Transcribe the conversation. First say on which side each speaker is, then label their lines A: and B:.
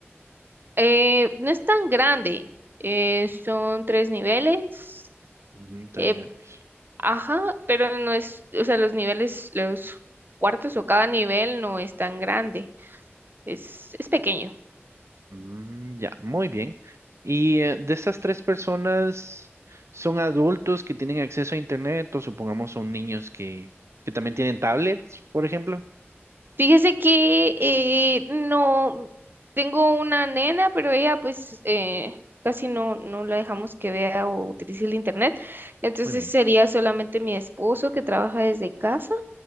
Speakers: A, on the right (about 50°); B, on the right (about 80°).
A: Eh, no es tan grande, eh, son tres niveles,
B: Ujú, tres
A: eh,
B: niveles.
A: ajá, pero no es, o sea, los niveles, los cuartos o cada nivel no es tan grande, es, es pequeño.
B: Mm, ya, muy bien. Y eh, de estas tres personas, ¿son adultos que tienen acceso a Internet o supongamos son niños que, que también tienen tablets, por ejemplo?
A: Fíjese que eh, no, tengo una nena, pero ella pues eh, casi no, no la dejamos que vea o utilice el internet, entonces
B: Muy bien.
A: sería solamente mi esposo que trabaja desde casa